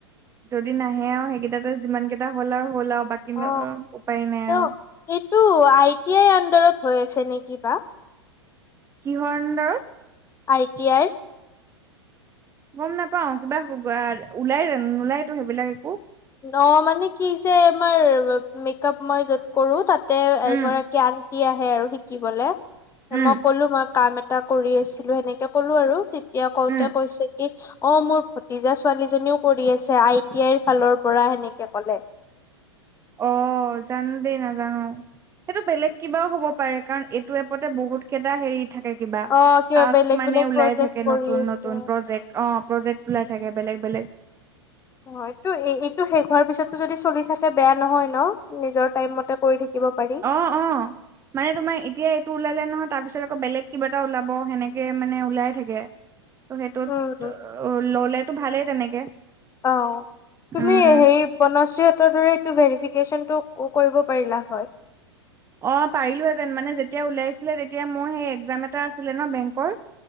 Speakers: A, on the right; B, on the left.
A: যদি নাহে আও সেইকেইটা যিমান কেইটা হ'ল আৰু হ'ল আৰু বাকী
B: অ
A: উপায় নাই আৰু
B: অ এইটো আই টি আইৰ আডাৰত হৈ আছে নেকি বা
A: কিহৰ আন্দাৰত
B: আই টি আৰ
A: গম নাপাও কিবা ওলাই নোলাইতো সেইবিলাক একো
B: অ মানে কি যে আমাৰ মেকপ মই য'ত কৰো তাত তে
A: উম
B: এগৰাকী আন্টি আহে আৰু শিকিবলে
A: উম
B: মই কলো মই কাম এটা কৰি আছিলো সেনেকে কলো আৰু তেতিয়া কওঁতে
A: উম
B: কৈছে কি অ মোৰ ভতিজা ছোৱালীজনীও কৰি আছে আই টি আইৰ ফালৰ পৰা সেনেকে ক'লে
A: অ জানো দেই নাজানো সেইটো বেলেগ কিবাও হ'ব পাৰে কাৰণ এইটো এপতে বহুত কেইটা হেৰিত থাকে কিবা
B: অ কিবা
A: টাছ
B: বেলেগ
A: মানে
B: বেলেগ
A: ওলাই
B: প্ৰজেক্ট
A: থাকে
B: কৰি
A: নতুন
B: আছে
A: নতুন প্ৰজেক। অঁ প্ৰজেক্ট ওলাই থাকে বেলেগ বেলেগ।
B: হয় এইটো শেষ হোৱাৰ পিছতটো যদি চলি থাকে বেয়া নহয় ন নিজৰ টাইম মতে কৰি থাকিব পাৰি।
A: অ
B: <inaudible>
A: অ মানে তোমাৰ এতিয়া এইটো ওলালে নহয় তাৰপিছত আকৌ বেলেগ কিবা এটা ওলাব সেনেকে মানে ওলাই থাকে। ত' সেইটোত
B: উম
A: ললেতো ভালেই তেনেকে।
B: অঁ তুমি
A: উম
B: সেই বনশ্ৰী হতৰ দৰে এইটো ভেৰিফিকেশচন টো কৰিব পাৰিলা হয়।
A: অঁ পাৰিলোহেতেন মানে যেতিয়া ওলাইছিলে তেতিয়া মোৰ সেই একজাম এটা আছিলে ন বেংকৰ